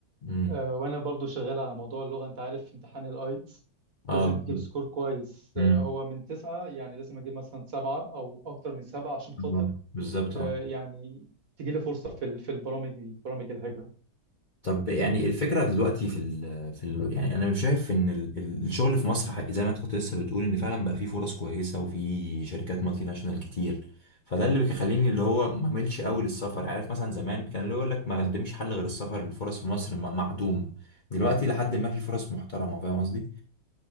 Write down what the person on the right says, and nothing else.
آه، وانا برضو شغال على موضوع اللغة انت عارف في امتحان الايتس
لازم
تجيب سكور كويس
آه، هو من تسعة يعني لازم اجيب مثلا سبعة او اكتر من سبعة عشان خاطر
آه،
يعني تجيلي فرصة في ال- في البرامج دي برامج الهجرة